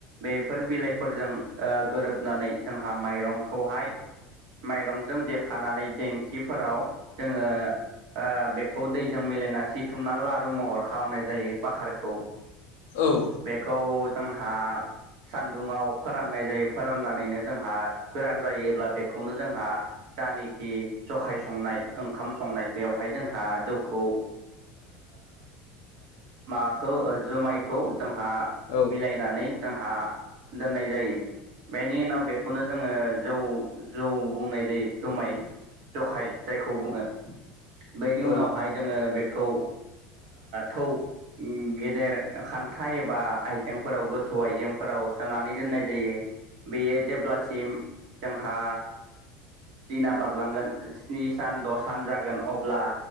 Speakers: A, on the right; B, on the left.
A: बेफोर बिलाइफोरजों गोरोबनानै जोंहा माइरंखौहाय माइरंजों देफानानै देंखिफोराव जोङो बेखौ दैजों मिलायना सिथुमना लारु महर खालामनाय जायो बाखारखौ
B: औ
A: बेखौ जोंहा सान्दुङाव फोराननाय जायो फोराननानैनो जोंहा गोरान जायोब्ला बेखौनो जोंहा जानाखि जखाय संनाय ओंखाम संनाय बेवहाय जोंहा जौखौ माबाखौ जुमायखौ जोंहा
B: औ
A: मिलायनाय होननानै जोंहा दोननाय जायो बेनि उनाव बेखौनो जोङो जौ जौ बुंनाय जायो जुमाय जखाय जायखौ बुङो बेनि
B: औ
A: उनावहाय जोङो बेखौ थौ गेदेर खान्था एबा आइजेंफोराव गोथौ आइजेंफोराव सोनानै दोननाय जायो बेयो जेब्लासिम जोंहा दिना बारलांगोन स्नि सान द' सान जागोन अब्ला